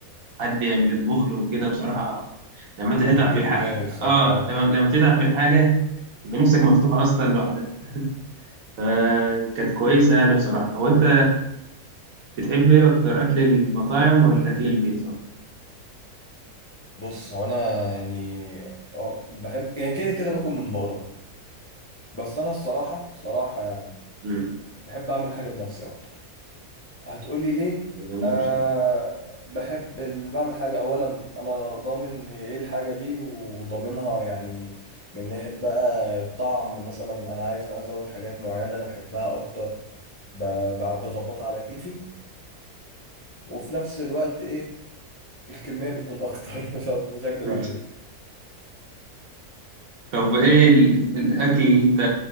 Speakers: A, on the right; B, on the left.
A: حد يعمل يطبخ له وكده بصراحه لما انت تتعب
B: او تجيبه
A: في الحاجه
B: جاهز
A: اه
B: اه
A: لما لما بتتعب في الحاجه يبقى نفسك مفتوحه اصلا لوحدها فكانت كويسه يعني بصراحه هو انت بتحب ايه اكتر اكل المطاعم ولا اكل البيت صح؟
B: بص هو انا يعني اه بحب يعني كده كده باكل من بره بس انا الصراحه الصراحه يعني
A: امم
B: بحب اعمل حاجه بنفسي اكتر هتقولي ليه
A: جميله
B: أه
A: بصراحه
B: بحب ال... بعمل حاجه اولا انا ضامن هي ايه الحاجه دي وضامنها يعني من ناحيه بقى الطعم مثلا انا عايز ازود حاجات معينه انا بحبها اكتر ب... ب- بظبطها على كيفي وفي نفس الوقت ايه الكميه بتكون اكتر <laughs> مش هقد- مش هكدب
A: <laughs>
B: عليك
A: طب ايه ال- الاكل اللي انت